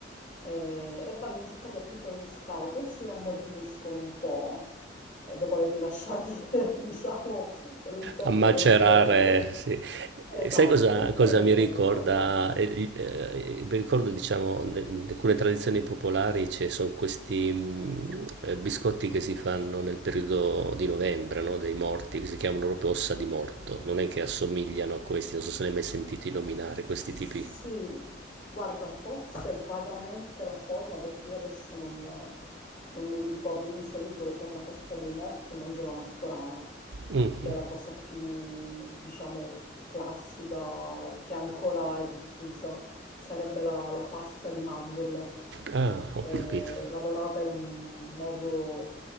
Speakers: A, on the left; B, on the right.
A: Eh, e vanno inzuppati appunto nel moscato, si ammorbidiscono un po', eh, dopo averli lasciati, <laughs> diciamo, per un tempo
B: A macerare,
A: considerevole.
B: sì.
A: Esatto,
B: E Sai cosa, cosa
A: eh,
B: mi ricorda?
A: sono buoni, sì.
B: Eh, gli- eh, mi ricordo, diciamo, ne- in alcune tradizioni popolari ci sono questi mh, eh, biscotti che si fanno nel periodo di novembre, no? Dei morti, che si chiamano proprio ossa di morto. Non è che assomigliano a questi, non so se ne hai mai sentito nominare,
A: Sì,
B: questi tipi.
A: guarda, forse vagamente la forma perché io adesso non, non me li ricordo. Io di solito per la festa dei morti mangio la martorana,
B: Mm,
A: che
B: mm.
A: è la cosa più, diciamo, classica, che ancora è diffusa. Sarebbe la, la pasta di mandorle,
B: Ah, ho
A: eh,
B: capito.
A: lavorata in un modo,